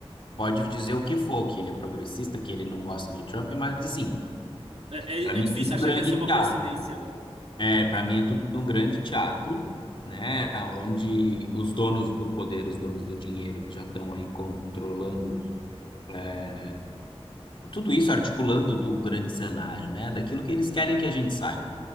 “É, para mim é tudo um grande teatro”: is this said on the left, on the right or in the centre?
Left